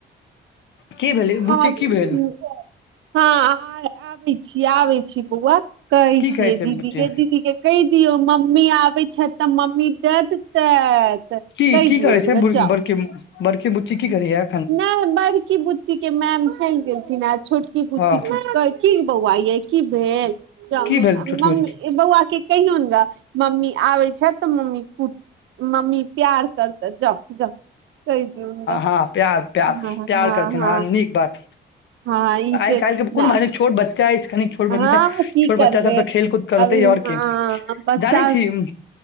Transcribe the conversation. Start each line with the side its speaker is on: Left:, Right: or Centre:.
Left: की भेलै
Right: हँ
Left: बुच्ची
Right: उम्म
Left: की भेल
Right: <unintelligible> हाँ आ र आबै छी आबै छी बौआ, कहै
Left: की
Right: छियै
Left: छै
Right: दीदीकेँ
Left: बुच्ची
Right: दीदीकेँ कहि दियौ मम्मी आबै छथि त मम्मी डटतैथ,
Left: की
Right: कहि
Left: की
Right: दिऔन
Left: करै
Right: ग जाउ।
Left: <unintelligible> बड़की बुची कि करैये?
Right: नहि बड़की बुच्ची के मैम चलि गेलथिन आ छोटकी बुच्ची
Left: हँ
Right: किछु की बौआ यै की भेल, त
Left: की भेल छोटकी
Right: मम्मी
Left: बुच्ची
Right: बौआ के कहियौन गे मम्मी आबे छथि त मम्मी कुटती, मम्मी प्यार करतैथ, जाउ जाउ कहि दियोन गे।
Left: हाँ प्यार प्यार
Right: हाँ
Left: प्यार
Right: हाँ
Left: करथिन
Right: हाँ।
Left: हँ नीक बात
Right: हाँ ई
Left: आइ
Right: से
Left: काल्हि के कोन
Right: नै,
Left: बात छै, छोट बच्चा अछि कनिक छोट बच्चा
Right: हाँ की
Left: छोट बच्चा
Right: करबै।
Left: सब तऽ खेलकूद करतै
Right: अभी हाँ
Left: आओर की
Right: बच्चा,
Left: जानै छी उम्म,